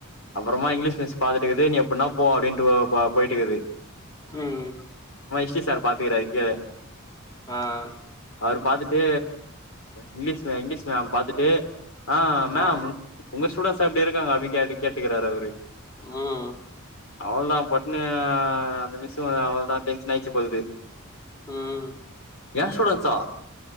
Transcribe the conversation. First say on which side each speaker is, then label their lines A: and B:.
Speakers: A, on the left; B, on the left.
A: அபுறமா இங்லீஷ் மிஸ் பாத்துடுகுது நீ எபுனா போ அபடினு போயிட்டு இருகுது
B: உம் உம்
A: <unintelligible> சார் பாத்துக்கறார் கீழ
B: ஆஹ்
A: அவரு பாத்ட் க்கு இங்லீஷ் மே இங்கலீஷ் மேம் பாத்துட்டு ஆஹ் மேம்
B: ஆ
A: உங்க ஸ்டுடண்ட்ஸ் இப்ப இப்டி இருக்காங்க அப்பிடினு கே கேட்டுகிறாரு அவரு
B: ம்
A: அவ்லாம் பட்னி அந்த மிஸ் வ அவ்வளோதான் டென்ஷனாச்சு பொல்து
B: ம்
A: எ ஸ்டுடன்சா